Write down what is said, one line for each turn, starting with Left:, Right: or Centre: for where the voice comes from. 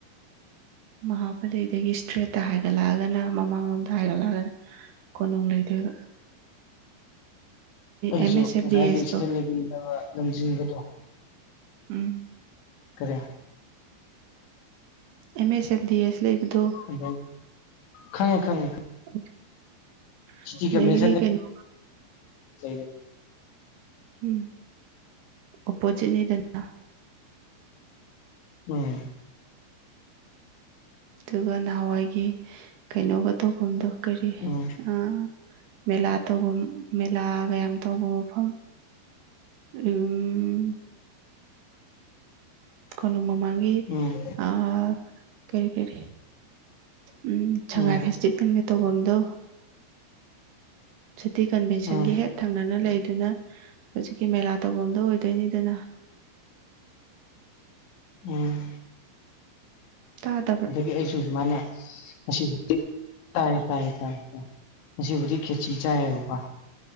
Right: ꯃꯍꯥꯛꯄꯂꯤꯗꯒꯤ ꯏꯁꯇ꯭ꯔꯦꯠꯇ ꯍꯥꯏꯒꯠꯂꯛꯑꯒꯅ ꯃꯃꯥꯡ ꯍꯥꯏꯒꯠꯂꯒꯅ ꯀꯣꯅꯨꯡ ꯂꯩꯗꯨꯏꯕ
Left: ꯑꯩꯁꯨ
Right: ꯑꯦꯝ ꯑꯦꯁ ꯑꯦꯐ
Left: ꯉꯁꯥꯏꯒꯤ
Right: ꯗꯤ ꯑꯦꯁꯇꯣ
Left: ꯁꯤꯗ ꯂꯩꯃꯤꯗꯕ ꯂꯝꯖꯤꯡꯕꯗꯣ
Right: ꯎꯝ
Left: ꯀꯔꯤ
Right: ꯑꯦꯝ ꯑꯦꯁ ꯑꯦꯝ ꯗꯤ ꯑꯦꯁ ꯂꯩꯕꯗꯣ
Left: ꯑ ꯈꯪꯉꯦ ꯈꯪꯉꯦ
Right: <unintelligible>
Left: ꯁꯤꯇꯤ
Right: ꯑꯗꯒꯤꯗꯤ
Left: ꯀꯁꯟꯗ
Right: ꯀꯩꯅꯣ
Left: <unintelligible>
Right: ꯎꯝ ꯑꯣꯄꯣꯖꯤꯠꯅꯤꯗꯅ
Left: ꯎꯝ
Right: ꯑꯗꯨꯒ ꯅꯍꯥꯟꯋꯥꯏꯒꯤ ꯀꯩꯅꯣꯒ ꯇꯧꯐꯝꯗꯣ ꯀꯔꯤ
Left: ꯎꯝ
Right: ꯑꯥ ꯃꯦꯂꯥ ꯇꯧꯐꯝ ꯃꯦꯂꯥꯒ ꯌꯥꯝ ꯇꯧꯕ ꯃꯐꯝ ꯎꯝ ꯀꯣꯅꯨꯡ ꯃꯃꯥꯡꯒꯤ
Left: ꯎꯝ
Right: ꯑ ꯀꯔꯤ ꯀꯔꯤ ꯎꯝ ꯁꯉꯥꯏ
Left: ꯎꯝ
Right: ꯐꯦꯁꯇꯤꯚꯦꯜꯒ ꯇꯧꯐꯝꯗꯣ ꯁꯤꯇꯤ ꯀꯟꯚꯦꯟꯁꯟꯒꯤ
Left: ꯎꯝ
Right: ꯍꯦꯠ ꯊꯪꯅꯅ ꯂꯩꯗꯨꯅ ꯍꯧꯖꯤꯛꯀꯤ ꯃꯦꯂꯥ ꯇꯧꯐꯝꯗꯣ ꯑꯣꯏꯗꯣꯏꯅꯤꯗꯅ
Left: ꯎꯝ
Right: ꯇꯥ
Left: ꯑꯗꯒꯤ ꯑꯩꯁꯨ ꯁꯨꯃꯥꯏꯅ ꯑꯁꯤꯕꯨꯗꯤ ꯇꯥꯏꯌꯦ ꯇꯥꯏꯌꯦ ꯇꯥꯏ ꯇꯥꯏ ꯑꯁꯤꯕꯨꯗꯤ ꯈꯦꯆꯤ ꯆꯥꯏꯌꯦꯕꯀꯣ